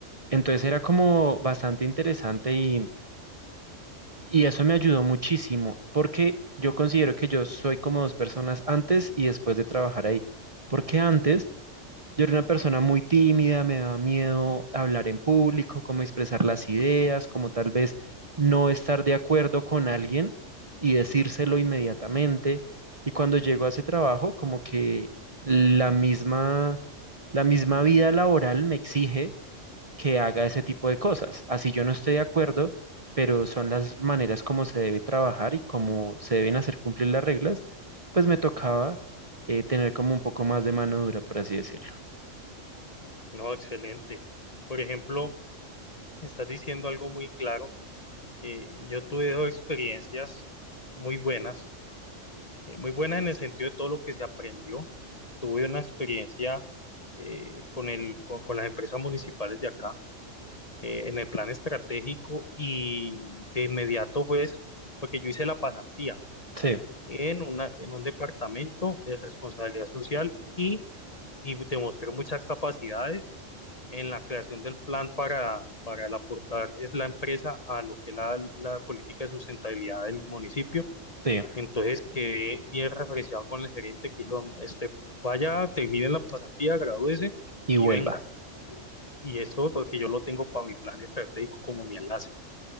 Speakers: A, on the right; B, on the left.
A: Entonces era como bastante interesante y, y eso me ayudó muchísimo porque yo considero que yo soy como dos personas antes y después de trabajar ahí. Porque antes yo era una persona muy tímida, me daba miedo hablar en público, cómo expresar las ideas, como tal vez no estar de acuerdo con alguien y decírselo inmediatamente. Y cuando llego a ese trabajo, como que la misma, la misma vida laboral me exige que haga ese tipo de cosas. Así yo no estoy de acuerdo, pero son las maneras como se debe trabajar y cómo se deben hacer cumplir las reglas, pues me tocaba eh, tener como un poco más de mano dura, por así decirlo.
B: no, excelente. Por ejemplo, estás diciendo algo muy claro. eh, yo tuve dos experiencias muy buenas eh, muy buenas en el sentido de todo lo que se aprendió. Tuve una experiencia eh, con el, con, con las empresas municipales de acá, eh, en el plan estratégico y de inmediato pues, porque yo hice la pasantía
A: Sí,
B: en una, en un departamento de responsabilidad social y, y demostré muchas capacidades en la creación del plan para, para el aportar es la empresa a lo que es la, la política de sustentabilidad del municipio
A: sí,
B: entonces quedé bien referenciado con el gerente que dijo, este, vaya, termine la pasantía, gradúese
A: y
B: y
A: vuelva.
B: venga. Y, y eso porque yo lo tengo para mi plan estratégico como mi enlace.